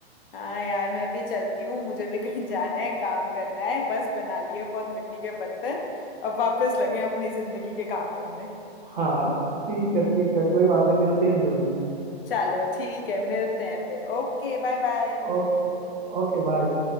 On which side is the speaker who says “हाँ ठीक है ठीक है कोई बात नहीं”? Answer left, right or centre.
Right